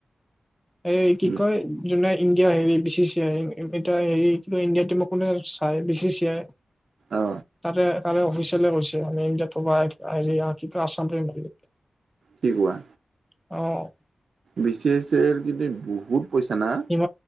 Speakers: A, in the centre; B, on the right (about 85°).
A: এই কি
B: উম
A: কয় যোনে ইণ্ডিয়া হেৰি বি চি চি আই এতিয়া হেৰি কিন্তু ইণ্ডিয়া টিমক কোনে চাই বি চি চি আই।
B: অ
A: তাৰে তাৰে অফিচিয়েল কৈছে আমি ইণ্ডিয়া ৰতো আহিলে <unintelligible>
B: কি কোৱা।
A: অ'।
B: বি চি এছ এৰ কিন্তু বহুত পইচা না।
A: ম